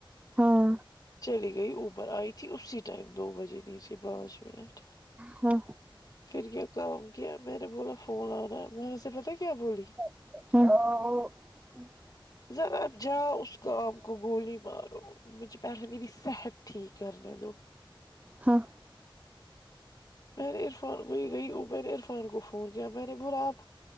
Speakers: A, on the right; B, on the left.
A: ہاں
B: چلی گئی اوبر آئی تھی اسی ٹائم دو بجے نیچے پانچ منٹ
A: ہاں
B: پھر کیا کام کیا میں نے بولا فون لانا وہاں سے پتا کیا بولی
A: ہں
B: ذرا جاؤ اس کام کو گولی مارو مجھے پہلے میری صحت ٹھیک کرنے دو
A: ہاں
B: میں نے عرفان کو ہی گئی اور میں نے عرفان کو فون کیا میں نے بولا آپ